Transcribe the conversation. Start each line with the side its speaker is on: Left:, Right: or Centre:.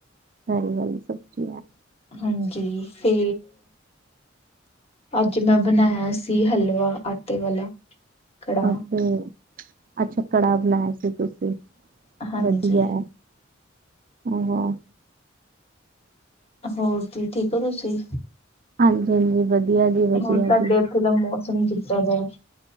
Right: ਤਰੀ ਵਾਲੀ ਸਬਜੀ ਨਾਲ।
Left: ਹਾਂਜੀ ਤੇ ਅੱਜ ਮੈਂ ਬਣਾਇਆ ਸੀ ਹਲਵਾ ਆਟੇ ਵਾਲਾ। ਕੜਾਹ
Right: ਓਕੇ ਅੱਜ ਕੜਾ ਬਣਾਇਆ ਸੀ ਤੁਸੀਂ
Left: ਹਾਂਜੀ
Right: ਵਧੀਆ ਹੈ। ਹੂੰ, ਹੂੰ।
Left: ਹੋਰ ਜੀ ਠੀਕ ਹੋ ਤੁਸੀਂ।
Right: ਹਾਂਜੀ, ਹਾਂਜੀ। ਵਧੀਆ ਜੀ। ਵਧੀਆ
Left: ਹੋਰ ਤੁਹਾਡੇ
Right: ਜੀ
Left: ਇੱਥੇ ਦਾ ਮੌਸਮ ਕਿੱਦਾਂ ਦਾ।